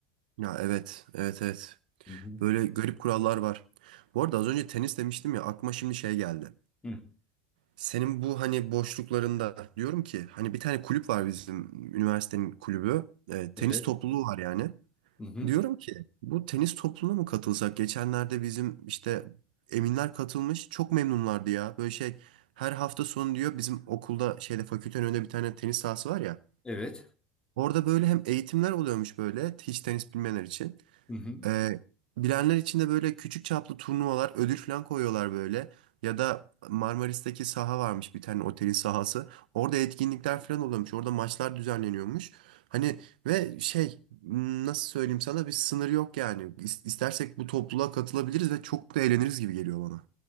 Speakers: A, on the right (about 75°); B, on the left (about 20°).
A: Ya evet, evet, evet.
B: Hı hı.
A: Böyle garip kurallar var. Bu arada az önce tenis demiştim ya aklıma şimdi şey geldi.
B: Hı.
A: Senin bu hani boşluklarında diyorum ki hani bir tane kulüp var bizim üniversitenin kulübü. E, tenis
B: Evet.
A: topluluğu var yani.
B: Hı hı.
A: Diyorum ki bu tenis topluluğuna mı katılsak? Geçenlerde bizim işte Eminler katılmış. Çok memnunlardı ya. Böyle şey her hafta sonu diyor bizim okulda şeyde fakültenin önünde bir tane tenis sahası var ya.
B: Evet.
A: Orada böyle hem eğitimler oluyormuş böyle hiç tenis bilmeyenler için.
B: Hı hı.
A: Ee, bilenler için de böyle küçük çaplı turnuvalar, ödül falan koyuyorlar böyle. Ya da Marmaris'teki saha varmış bir tane otelin sahası. Orada etkinlikler falan oluyormuş. Orada maçlar düzenleniyormuş. Hani ve şey m, nasıl söyleyeyim sana bir sınır yok yani. İs- İstersek bu topluluğa katılabiliriz ve çok da eğleniriz gibi geliyor bana.